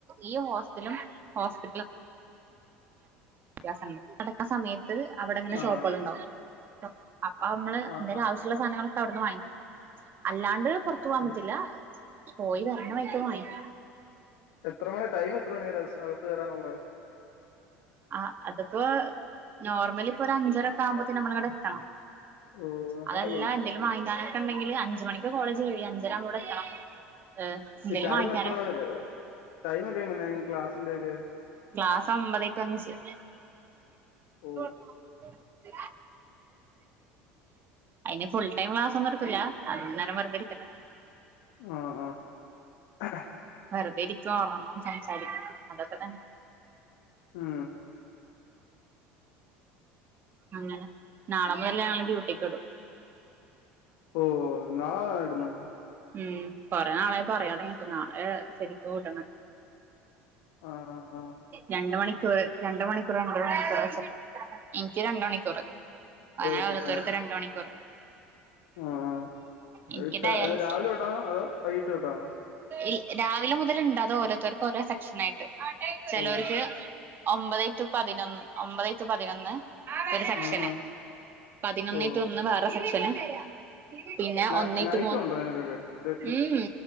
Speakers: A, on the right; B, on the left.
A: ഈ ഹോസ്റ്റലും ഹോസ്പിറ്റലും വ്യത്യാസണ്ട് നടക്കുന്ന സമയത്ത് അവിടെങ്ങനെ
B: ആഹ്
A: ഷോപ്പുകളണ്ടാവും അപ്പൊ നമ്മള്
B: ആഹ്
A: എന്തായാലും
B: ആഹ്
A: ആവശ്യ- ഇള്ള സാധനങ്ങളൊക്കെ അവിടുന്ന് വാങ്ങിക്കും അല്ലാണ്ട് പുറത്തു പോവാാൻ
B: ഓഹ്
A: പറ്റില്ല പോയി വരുന്ന വഴിക്ക് വാങ്ങിക്കും
B: എത്ര മണി ടൈം എത്ര മണിവരെ അകത്ത് കയറാനുള്ളത്
A: ആഹ് അത്പ്പോ നോർമല് ഇപ്പൊരു അഞ്ചരൊക്കെ ആവുമ്പോത്തിന് നമ്മളിടെ എത്തണം
B: ഓഹ് അങ്ങനൊക്കെയുണ്ട്
A: അതല്ല എന്തെേലും വാങ്ങാനൊക്കെ ഉണ്ടെങ്കിൽ അഞ്ച്മണിക്ക് കോളേജ് കയ്യും അഞ്ചരകു മ്പോബടെഎത്തണം ഏഹ് എന്തേിലും
B: ഈ ടൈം
A: വാങ്ങിക്കാന-
B: എത്ര മണി ടൈമൊക്കെ എങ്ങനെയാ നിങ്ങ ക്ലാസ്സിന്റെയൊക്കെ
A: ക്ലാസ്സ്‌ ഒമ്പത് മണി
B: ഓഹ്
A: <inaudible> അയ്ന് ഫുൾ ടൈം ക്ലാസ്സൊന്നും എടുക്കൂല അതിക നേരം വറുതെ ഇരിക്കല
B: ആഹ് ആഹ്
A: വെറുതെ ഇരിക്കും ഉറങ്ങും സംസാരിക്കും അതൊക്കെ തന്നെ
B: ഉം
A: അങ്ങനെ നാളെ മുതല്ലേ ഞങ്ങളെ ഡ്യൂട്ടിക്ക് ടും
B: ഓഹ് നാളെയാണോ ഇടുന്നെ
A: ഉം കൊറെേ നാളായി പറയാടങ്ങിട് നാളെ ശരിക്കും ട്ണ്
B: ആഹ് ആഹ്
A: രണ്ട് മണിക്കൂർ രണ്ട്മണിക്കൂർ രണ്ട് മണിക്കൂർ വച്ചിട്ട് എനിക്ക് രണ്ടണിക്കൂർ അങ്ങനെ
B: ഓഹ്
A: ഓരോരുത്തർക്ക്
B: ഓഹ് ആഹ്
A: രണ്ട് മണിക്കൂറ്
B: ആഹ്
A: എനിക്ക് ഡയാലിസിസ്
B: ആഹ് രാവിലെ തൊട്ടാണോ അതോ വൈകിട്ട് തൊട്ടാണോ
A: ഈ രാവിലെ മുതൽ ഉണ്ട് ഓരോത്തർക്കും ഓരോ സെക്ഷന ആയിട്ട് ചേലോർക്ക്
B: ഓ
A: ഒമ്പത് റ്റു പതിനൊന്ന് ഒമ്പതെ റ്റു പതിനൊന്ന് ഒരു സെക്ഷന്
B: ആഹ് ആഹ്
A: പതിനൊന്നെ
B: ഓ
A: റ്റു ഒന്ന് വേറെ സെക്ഷന് പിന്നെ
B: ന
A: ഒന്നേ റ്റു
B: നൈറ്റും
A: മൂന്ന്
B: ഉണ്ടോ നിങ്ങൾക്കൊക്കെ ഇത്
A: ഉം ഉം